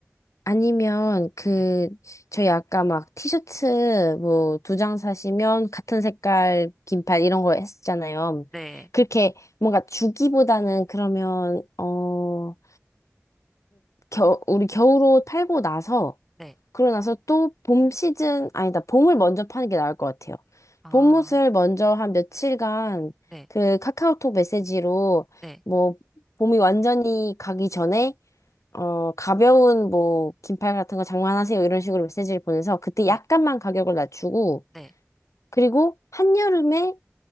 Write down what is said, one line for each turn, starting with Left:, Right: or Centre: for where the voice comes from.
Left: 아니면 그
Centre: 네.
Left: 저희 아까 막 티셔츠 뭐 두 장 사시면 같은 색깔 긴팔 이런 거 했었잖아요.
Centre: 네.
Left: 그렇게 뭔가 주기보다는 그러면 어그 겨 우리 겨울옷 팔고 나서
Centre: 네.
Left: 그러고 나서 또 봄 시즌 아니다 봄을 먼저 파는 게 나을 것 같아요.
Centre: 아,
Left: 봄옷을 먼저 한 며칠간
Centre: 네.
Left: 그 카카오톡 메시지로
Centre: 네.
Left: 뭐 봄이 완전히 가기 전에 어, 가벼운 뭐 긴팔 같은 거 장만하세요 이런 식으로 메시지를 보내서 그때
Centre: 네.
Left: 약간만 가격을 낮추고
Centre: 네.
Left: 그리고 한여름에